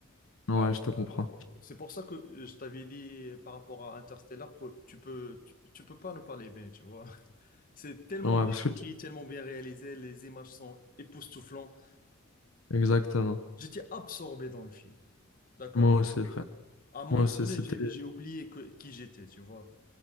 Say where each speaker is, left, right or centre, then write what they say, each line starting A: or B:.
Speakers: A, on the left; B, on the left.
A: Ouais,
B: Euh,
A: je te comprends.
B: euh, c'est pour ça que je t'avais dit par rapport à Interstellar que tu peux, tu, tu peux pas ne pas l'aimer, tu vois. <laughs> C'est tellement
A: Ouais,
B: bien
A: parce
B: écrit,
A: que tu-
B: tellement bien réalisé, les images sont époustouflantes.
A: Exactement.
B: J'étais absorbé dans le film, d'accord?
A: Moi aussi, frère.
B: À un moment
A: Moi aussi,
B: donné,
A: c'était...
B: j'ai, j'ai oublié que, qui j'étais, tu vois.